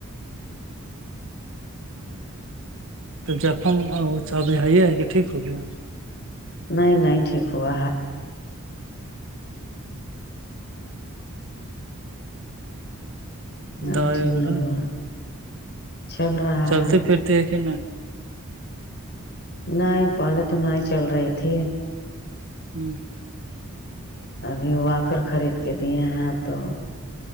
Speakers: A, on the right; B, on the left.
A: تو جخم وہ چبی ہےائیے ہے کہ ٹھ ہو گیا
B: نہیںائ ن تے کوو ابھی
A: دوائی
B: ٹھ
A: وغیرہ
B: نہیں ہوا چل رہا
A: چلتے
B: ہے
A: پھرتے ہے کہ
B: نہیں پہلے تو نہیں ہی چل رہی تھی
A: ہوں
B: ابھی وااکر خرید کے دیے ہیں تو